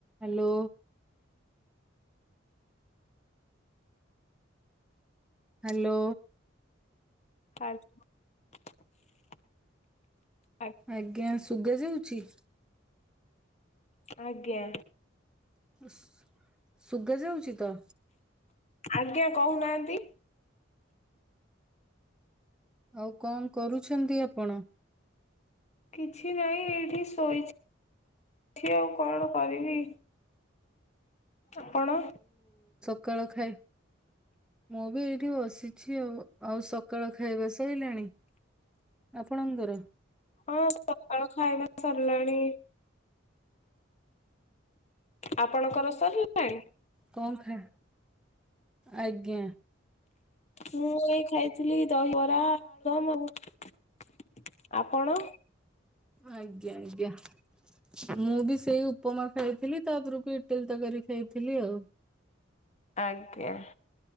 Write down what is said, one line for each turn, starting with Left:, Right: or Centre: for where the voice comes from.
Centre: ହାଲୋ। ହାଲୋ।
Left: <inaudible>
Centre: ଆଜ୍ଞା ଶୁଗା ଯାଉଚି।
Left: ଆଜ୍ଞା।
Centre: ଶୁ ସୁଗା ଯାଉଛି ତ।
Left: ଆଜ୍ଞା କହୁନାହାନ୍ତି।
Centre: ଆଉ କଣ କରୁଛନ୍ତି ଆପଣ।
Left: କିଛି ନାହିଁ ଏଇଠି ଶୋଇ ଛି ଆଉ କଣ କରିବି। ଆପଣ।
Centre: କଳ ଖାଇ ମୁଁ ବି ଏଇଠି ବସିଚି ଆଉ ଆଉ ସକାଳ ଖାଇବା ସଇଲାଣି। ଆପଣଙ୍କର।
Left: ହଁ ସକାଳ ଖାଇବା ସରିଲାଣି। ଆପଣଙ୍କର ସରିଲଣି।
Centre: କଣ ଖା ଆଜ୍ଞା।
Left: ମୁଁ ଏଇ ଖାଇଥିଲି ଦହିବରା ଆଳୁ ଦମ୍ ଏମିତି ଆପଣ।
Centre: ଆଜ୍ଞା ଆଜ୍ଞା। ମୁଁ ବି ସେଇ ଉପମା ଖାଇଥିଲି ତାପରକୁ ଇଟଲୀ ତକାରୀ ଖାଇଥିଲି ଆଉ।
Left: ଆଜ୍ଞା